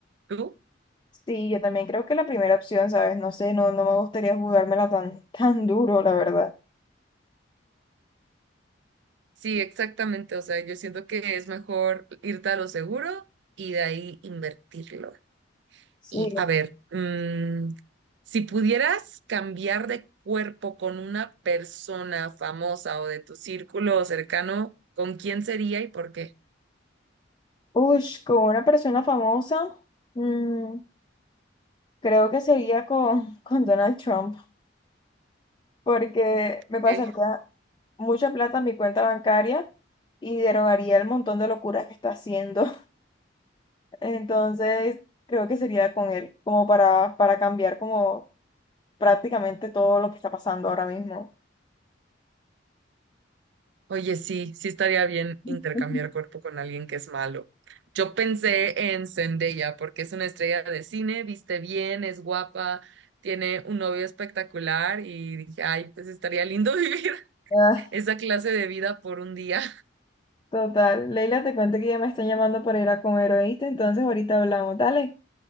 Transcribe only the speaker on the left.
Sí, yo también creo que la primera opción, ¿sabes? No sé, no, no me gustaría jugármela tan, <laughs> tan duro, la verdad.
Sí.
Ush, con una persona famosa, mm, creo que sería con, <laughs> con Donald Trump. porque me
pasaría mucha plata en mi cuenta bancaria y derogaría el montón de locuras que está haciendo. <laughs> Entonces, creo que sería con él, como para, para cambiar como prácticamente todo lo que está pasando ahora mismo.
<laughs>
Ujú.
Ah,
total. Leila, te cuento que ya me están llamando para ir a comer, ¿oíste? Entonces, ahorita hablamos. Dale.